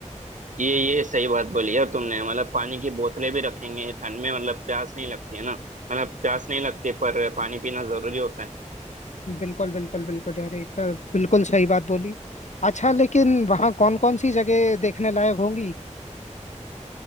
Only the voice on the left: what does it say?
बिल्कुल बिल्कुल बिल्कुल यार एक तो बिल्कुल सही बात बोली अच्छा लेकिन वहाँ कौन कौन सी जगह देखने लायक होंगी